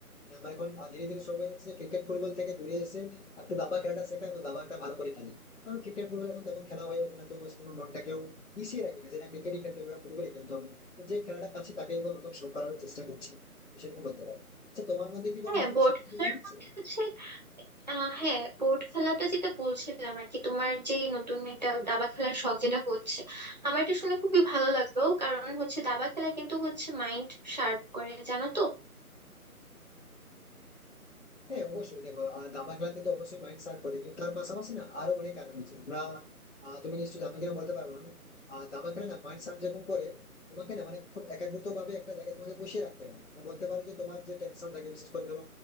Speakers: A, on the left; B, on the right.
A: মানে আমার এখন ধীরে ধীরে শখ হয়ে যাচ্ছে ক্রিকেট ফুটবল থেকে দূরে এসে একটু দাবা খেলাটা শেখা এবং দাবাটা ভালো করে খেলি কারণ ক্রিকেট ফুটবল এখন তেমন খেলা হয়ে ওঠে না তো সেজন্য মনটাকেও মিশিয়ে রাখি না যেটা ক্রিকেটই খেলতে হবে বা ফুটবলই খেলতে হবে তো যে খেলাটা পাচ্ছি তাকে এবার নতুন শো করার চেষ্টা করছি তো সেরকম বলতে পারো আচ্ছা তোমার মধ্যে কি কোনো
B: হ্যাঁ
A: নতুন
B: বোর্ড
A: শখের
B: খেলার
A: জন্ম নিয়েছে
B: মধ্যে হচ্ছে আহ হ্যাঁ বোর্ড খেলাটা যেটা বলছিলাম আর কি তোমার যে নতুন একটা দাবা খেলার শখ যেটা হচ্ছে আমার এটা শুনে খুবই ভালো লাগলো কারণ হচ্ছে দাবা খেলা কিন্তু হচ্ছে মাইন্ড শার্প করে জানো তো
A: হ্যাঁ অবশ্যই দেখো আহ, দাবা খেলাতে তো অবশ্যই মাইন্ড শার্প করে কিন্তু তার পাশাপাশি না আরো অনেক কারণ আছে আমরা আহ, তুমি নিশ্চয়ই আমি কিনা বলতে পারবো না আর দাবা খেলা না মাইন্ড শার্প যেরকম করে তোমাকে না মানে খুব একাগ্রত ভাবে একটা জায়গায় তোমাকে বসিয়ে রাখতে পারে মানে বলতে পারো যে তোমার যে টেনশন থাকে বিশেষ করে ধরো